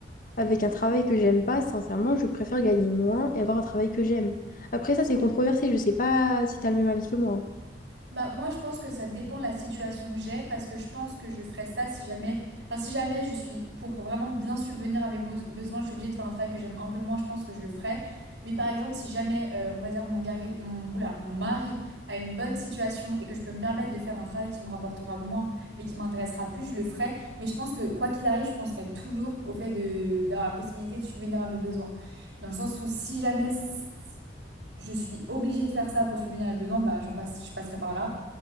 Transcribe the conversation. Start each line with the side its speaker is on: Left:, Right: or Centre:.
Left: avec un travail que j'aime pas, sincèrement, je préfère gagner moins et avoir un travail que j'aime. Après, ça, c'est controversé, je sais pas si tu as le même avis que moi.
Right: Bah, moi, je pense que ça dépend de la situation que j'ai, parce que je pense que je ferais ça si jamais, enfin, si jamais je suis, pour vraiment bien subvenir à mes beaux- besoins, je suis obligée de faire un travail que j'aime un peu moins, je pense que je le ferais. Mais par exemple, si jamais, euh, on va dire, mon, gari- mon, oula, mon mari a une bonne situation et que je peux me permettre de faire un travail qui me rapportera moins, mais qui m'intéressera plus, je le ferai. Mais je pense que, quoi qu'il arrive, je penserai toujours au fait de, d'avoir la possibilité de subvenir à mes besoins. Dans le sens où si jamais c- je suis obligée de faire ça pour subvenir à mes besoins, bah, j'en passe, je passerai par là.